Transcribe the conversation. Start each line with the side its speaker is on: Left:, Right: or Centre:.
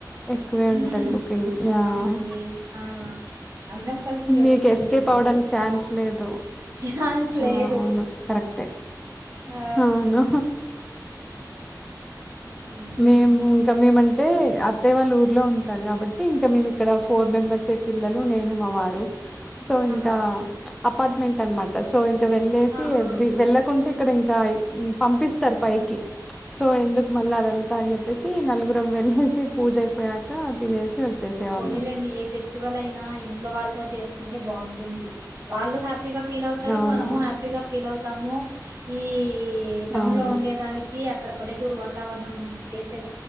Centre: ఎక్కువే ఉంటది
Right: ఉం
Centre: కుకింగ్. యాహ్!
Right: అవునండి ఆ అందరం కలిసి వెళ్ళి
Centre: మీకు
Right: తినలేము
Centre: ఎస్కేప్ అవ్వడానికి ఛాన్స్ లేదు.
Right: ఛాన్స్ లేదు
Centre: ఆ అవును కరెక్టే
Right: ఆ
Centre: అవును
Right: హ్మ్.
Centre: మేము ఇంకా మేమంట అంటే అత్తయ్య వాళ్ళ ఊర్లో ఉంటారు కాబట్టి ఇంకా మేము ఇక్కడ ఫోర్ మెంబర్స్ అయితే పిల్లలు నేను మా వారు సో ఇంకా
Right: ఆహా! ఓకే.
Centre: అపార్ట్మెంట్ అన్నమాట సో ఇంకా వెళ్లేసి
Right: ఆ!
Centre: ఎవ్రీ
Right: ఆ!
Centre: వెళ్ళకుంటే అక్కడ ఇంకా పంపిస్తారు పైకి సో ఎందుకు మళ్ళీ అదంతా అని చెప్పి ప్పేసి నలుగురం వెళ్లేసి పూజ అయిపోయాక తినేసి వచ్చ చేసే
Right: పోనీలెండి
Centre: వాళ్ళం
Right: ఏ ఫెస్టివల్ అయినా ఇంట్లో వాళ్ళతో చేసుకుంటే బాగుంటుంది వాళ్ళు హ్యాపీగా ఫీల్ అవుతారు
Centre: అవునవును
Right: మనము హ్యాపీగా ఫీల్ అవు తము ఈ ఈ టౌన్
Centre: అవును
Right: లో ఉండేదానికి అక్కడ పల్లెటూరు వాతావరణం చేసేద